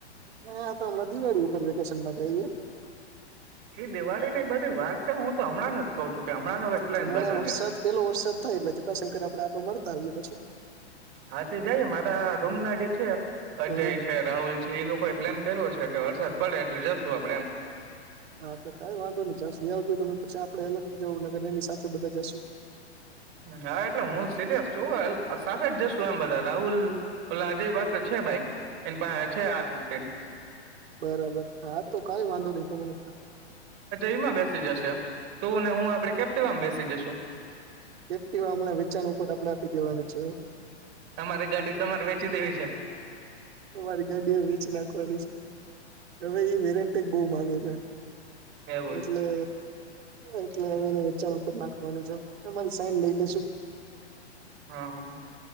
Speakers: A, on the right; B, on the right.
A: હ તો હમણાં દિવાળી ઉપર વેકેશનમાં જઈએ
B: એ દિવાળી ને બધી વાર છે હું તો હમણાં ન કઉ છું કે હમણાં ન પ્લાન
A: હમણાં
B: બનાવી
A: વરસાદ
B: એમ
A: પેલો વરસાદ થાય એટલે ચટાશંકર આપડે આટો મળરતા આવીએ પછી
B: હા તે જઈએ મારા રૂમ ના જે છે અજય
A: હમ
B: છે રાહુલ છે એ લોકો પ્લેમ કરવ્યો છે કે વરસાદ પડે એટલે જશું આપડણે એમ
A: હા તો કઈ વાંધો નશ આવજ તમે પછી આપડે અલગથી જવુંગર એની સાથે બધા જશુ
B: હા એટલે હું સી છું સાથે જ જશ છું એમ બધા રાહુલ ઓજય પાસે છે બાઇકસે છે આર ફિફ્ટન
A: બરાબર હા તો કઈ વાંધો નહ તો મને
B: જમાં બેસી જશે તુંને હું આપડે કેપ્ટમાં બેસી જશુ
A: એકટીવા હમણાં વેચાણ ઉપર આપડે આપી દેવાની છે
B: તમારે ગાડી તમારે વેચી દેવી છે
A: વરગા ડેવેચલા હવે એ વેરેન્ટ બહુ માંગે છે
B: એવુ
A: એટલે એટલે હવેને વેચાણ ઉપર નાખવાનું છે અરી સાઈન લઈ લેશુ
B: હા હા